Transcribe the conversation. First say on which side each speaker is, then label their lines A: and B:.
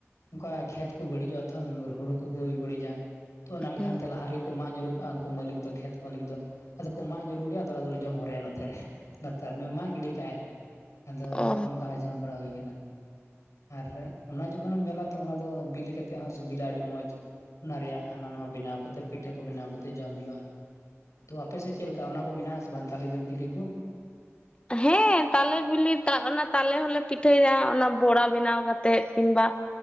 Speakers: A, on the left (about 85°); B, on the left (about 20°).
A: ᱚᱱᱠᱟ ᱠᱷᱮᱛ ᱠᱚ ᱵᱟᱹᱲᱤᱡᱚᱜᱼᱟ ᱛᱷᱚᱝ ᱦᱩᱲᱩ ᱠᱚᱠᱚ ᱵᱟᱹᱲᱤᱡᱪᱟ ᱛᱚ ᱚᱱᱟ ᱠᱚᱠᱷᱟᱱ
B: ᱦᱮᱸ
A: ᱛᱮ ᱞᱟᱦᱟ ᱨᱮᱜᱮ ᱢᱟᱜ ᱧᱩᱨᱩᱨᱩ ᱠᱟᱜᱼᱟ ᱩᱱᱠᱩ ᱢᱟᱹᱞᱤᱠ ᱫᱚ ᱠᱷᱮᱛ ᱢᱟᱹᱞᱤᱠ ᱫᱚ ᱟᱫᱚ ᱠᱚ ᱢᱟᱜ ᱧᱩᱨᱩ ᱞᱮᱭᱟ ᱟᱫᱚ ᱟᱞ ᱫᱚ ᱡᱚᱢ ᱦᱚᱼᱟ ᱱᱚᱛᱮ ᱨᱮ ᱞᱟᱛᱟᱨ ᱢᱟ ᱜᱤᱰᱤ ᱠᱟᱜ ᱟᱭ ᱟᱫᱚ
B: ᱚ
A: ᱚᱱᱠᱟ ᱦᱚᱸ ᱡᱚᱢ ᱵᱟᱲᱟ ᱦᱩᱭ ᱟᱨ ᱚᱱᱟ ᱡᱚᱠᱷᱚᱱᱮᱢ ᱧᱮᱞᱟ ᱛᱚ ᱚᱱᱟ ᱫᱚ ᱵᱤᱞᱤ ᱠᱟᱛᱮ ᱦᱚᱸ ᱥᱤᱵᱤᱞᱟ ᱟᱹᱰᱤ ᱢᱚᱡᱽ ᱚᱱᱟ ᱨᱮᱭᱟᱜ ᱦᱟᱱᱟ ᱱᱚᱣᱟ ᱵᱮᱱᱟᱣ ᱠᱟᱛᱮ ᱯᱤᱴᱷᱟᱹ ᱠᱚ ᱵᱮᱱᱟᱣ ᱠᱟᱛᱮ ᱡᱚᱢ ᱦᱩᱭᱩᱜᱼᱟ ᱛᱳ ᱟᱯᱮ ᱥᱮᱫ ᱪᱮᱫ ᱞᱮᱠᱟ ᱚᱱᱟ ᱠᱚ ᱢᱮᱱᱟᱜᱼᱟ ᱛᱟᱞᱤ ᱵᱤᱞᱤ ᱠᱚ
B: ᱦᱮᱸ ᱛᱟᱞᱮ ᱵᱤᱞᱤ ᱚᱱᱟ ᱛᱟᱞᱮ ᱦᱚᱞᱮ ᱯᱤᱴᱷᱟᱹᱭᱭᱟ ᱚᱱᱟ ᱵᱚᱲᱟ ᱵᱮᱱᱟᱣ ᱠᱟᱛᱮᱜ ᱠᱤᱝᱵᱟ